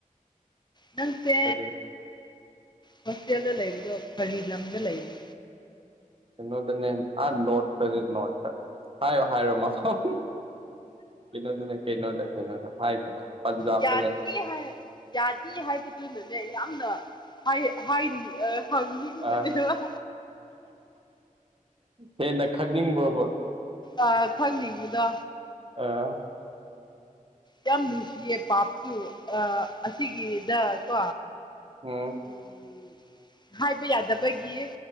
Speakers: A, on the left; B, on the right.
A: ꯅꯪꯁꯦ
B: ꯀꯔꯤ
A: ꯍꯣꯁꯇꯦꯜꯗ ꯂꯩꯕꯗꯣ ꯀꯔꯤ ꯂꯝꯗ ꯂꯩꯕ
B: ꯀꯩꯅꯣꯗꯅꯦ ꯑꯥ ꯅꯣꯔꯠꯇꯅꯦ ꯅꯣꯔꯠꯇ ꯍꯥꯏꯌꯣ ꯍꯥꯏꯔꯣ ꯃꯐꯝ ꯀꯩꯅꯣꯗꯅꯦ ꯀꯩꯅꯣꯗ ꯀꯩꯅꯣꯗ ꯍꯥꯏꯒꯦ ꯍꯥꯏꯒꯦ ꯄꯟꯖꯥꯕꯇꯅꯦ
A: ꯌꯥꯅꯤ ꯍꯥꯏ ꯌꯥꯅꯤ ꯍꯥꯏꯕꯗꯨꯅꯅꯦ ꯌꯥꯝꯅ ꯍꯥꯏ ꯍꯥꯏ ꯑꯥ ꯍꯪꯅꯤꯡ ꯕꯅꯦꯕꯥ
B: ꯑꯥ ꯍꯦꯟꯅ ꯈꯪꯅꯤꯡꯕ꯭ꯔꯣꯕ
A: ꯑꯥ ꯈꯪꯅꯤꯡꯕꯗꯣ꯫
B: ꯑꯥ
A: ꯌꯥꯝ ꯅꯨꯡꯁꯤꯌꯦ ꯄꯥꯞꯁꯨ ꯑꯥ ꯑꯁꯤꯒꯤꯗ ꯀꯣ꯫
B: ꯎꯝ
A: ꯎꯝ ꯍꯥꯏꯕ ꯌꯥꯗꯕꯒꯤ